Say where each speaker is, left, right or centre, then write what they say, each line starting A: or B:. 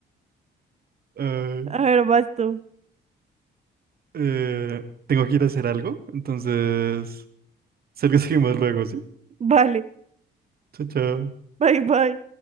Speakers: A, on the right; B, on the right.
A: Eh,
B: A ver, vas tú.
A: eh, tengo que ir a hacer algo, entonces, <laughs> sé que seguimos luego, ¿sí?
B: Vale.
A: Chao, chao.
B: Bye, bye.